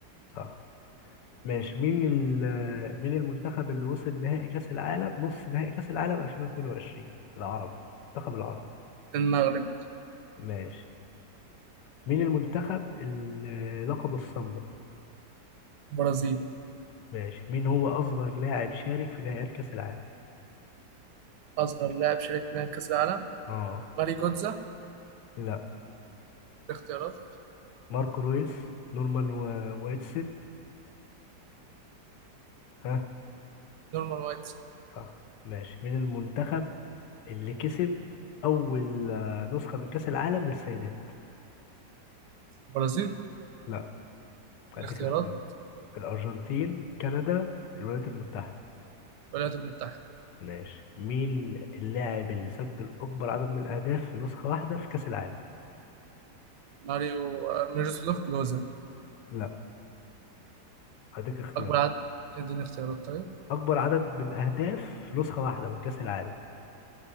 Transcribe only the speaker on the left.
صح ماشي مين ال- مين المنتخب اللي وصل نهائي كأس العالم نص نهائي كأس العالم 2022 العربي المنتخب العربي
ماشي مين المنتخب اللي لقب الصمبا
ماشي مين هو أصغر لاعب شارك في نهائيات كأس العالم
اه
لا
ماركو رويس نورمان و- وايتسيد ها
صح ماشي مين المنتخب اللي كسب أول آه، نسخة من كأس العالم للسيدات
لا أديك
اختيارات الأرجنتين كندا الولايات المتحدة
ماشي مين اللاعب اللي سجل أكبر عدد من الأهداف في نسخة واحدة في كأس العالم
لا أديك اختيارات
اكبر عدد بالاهداف في نسخه واحده من كاس العالم